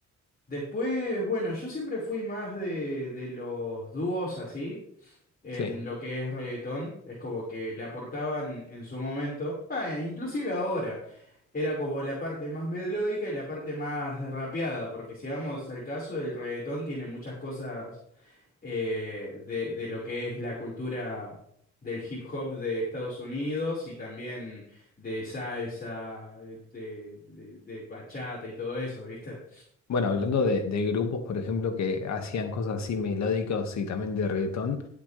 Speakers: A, on the left; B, on the left.
A: Después, bueno, yo siempre fui más de, de los dúos así, en
B: Sí.
A: lo que es reggaetón. Es como que le aportaban en su momento, vaya, inclusive ahora, era como la parte más melódica y la parte más rapeada, porque si vamos al caso, el reggaetón tiene muchas cosas eh, de, de lo que es la cultura del hip hop de Estados Unidos y también de salsa, de, de, de bachata y todo eso, ¿viste?
B: Bueno, hablando de, de grupos, por ejemplo, que hacían cosas así melódicas y también de reggaetón,